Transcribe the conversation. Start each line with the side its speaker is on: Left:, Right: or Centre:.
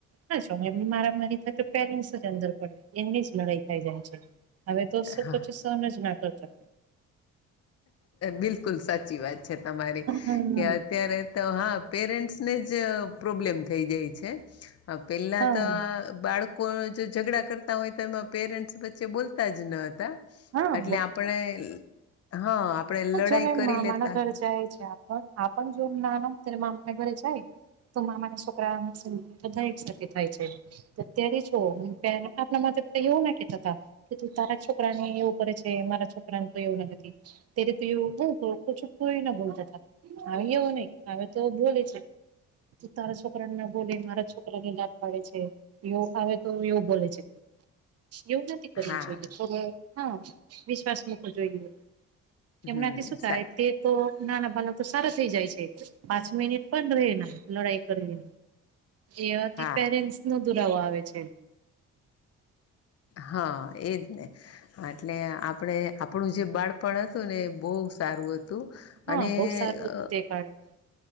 Right: ના એમની મારામારી થાય તો પેરેન્ટસ જ અંદર પડે એમની જ લડાઈ થઈ જાય છે હવે તોસો
Left: હા
Right: પચીસોને જ ના કરતા
Left: બિલકુલ સાચી વાત છે તમારી
Right: હા
Left: કે અત્યારે તો હા પેરેન્ટ્સને જ પ્રોબ્લેમ થઈ જાય છે પહેલાં
Right: હા
Left: તો બાળક કો જો ઝઘડા કરતા હોય તો એમાં પેરેન્ટ્સ વચ્ચે બોલતા જ ન હતા
Right: હા
Left: એટલે આપણે હા આપણે લડાઈ
Right: જોને
Left: કરી
Right: મામાના
Left: લેતા
Right: ઘરે
Left: હતા
Right: જાય છે આપણ જો ના ના તને મામાના ઘરે જાય તો મામાના છોકરા સ બધા એક સાથે થાય છે અત્યારે છ આપણા માતા પિતા એવું ના કેતાતા કે તું તારા છોકરાને એવું કરે છે મારા છોકરાને તો એવું લાગે ત્યારે તું પ્રચું કરી ના બતા થા અવ નહી અ તો બ છે તું તારા છોકરાને ના બોલે મારા છોકરાને લાટ પાડે છે એવ આવે તો એવું બોલે છે એવું નથી કરવું
Left: હા
Right: જોઈએ હા વિશ્વાસ મૂકવો જોઈએ કેમનાથી
Left: હમ
Right: શું થાય
Left: સા
Right: તે તો નાના ભલા તો સારા થઈ જાય છે પાંચ મિનિટ પણ રહેને લડાઈ કરવી એથી
Left: હા
Right: પેરેન્ટ્સ નો દુરાવો આવે છે
Left: હા એજ ને એટલે આપણે આપણું જે બાળપણ હતું ને એ બહુ સારું હતું
Right: હા
Left: અને
Right: બહુ સારું
Left: અ
Right: હતું તે કાળે તો